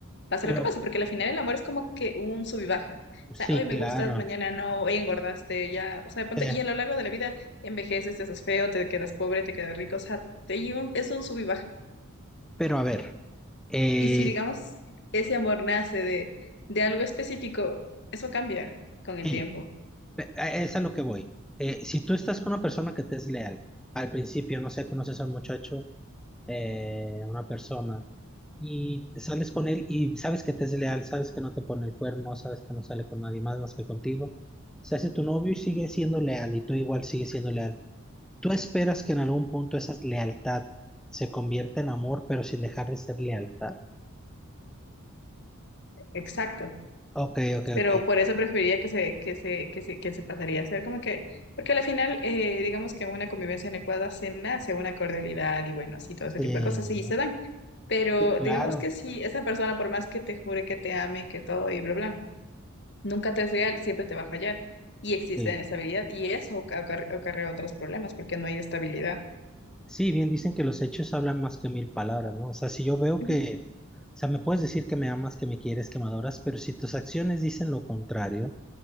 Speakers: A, on the left; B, in the centre.
A: Pase
B: pero
A: lo que pase, porque al final el amor es como que un sub y baja. O
B: sí,
A: sea, hoy me
B: claro.
A: gustas, mañana no, hoy engordaste, ya, o sea, de pronto-
B: sí.
A: y a lo largo de la vida envejeces, te haces feo, te quedas pobre, te quedas rico, o sea, te- y un- es un sub y baja.
B: Pero a ver, eh,
A: Y si, digamos, ese amor nace de, de algo específico, eso cambia con el
B: sí.
A: tiempo.
B: Pe- a- Es a lo que voy. Eh, si tú estás con una persona que te es leal, al principio, no sé, conoces a un muchacho, eh, una persona, y sales con él y sabes que te es leal, sabes que no te pone el cuerno, sabes que no sale con nadie más más que contigo, se hace tu novio y sigue siendo leal, y tú igual sigues siendo leal. Tú esperas que en algún punto esa lealtad se convierta en amor, pero sin dejar de ser lealtad.
A: Exacto.
B: Ok, ok,
A: Pero
B: ok.
A: por eso preferiría que se, que se, que se, que se pasaría a ser como que, porque al final, eh, digamos que en una convivencia adecuada se nace una cordialidad y bueno, sí, todo
B: Sí,
A: ese tipo de cosas, sí, se dan. Pero
B: sí, claro.
A: digamos que si esa persona, por más que te jure que te ame, que todo y bla, bla, nunca te es real, siempre te va a fallar. Y existe
B: Sí.
A: inestabilidad y eso acar- acarrea otros problemas porque no hay estabilidad.
B: Sí, bien dicen que los hechos hablan más que mil palabras, ¿no? O sea, si yo veo
A: Ujú.
B: que, o sea, me puedes decir que me amas, que me quieres, que me adoras, pero si tus acciones dicen lo contrario,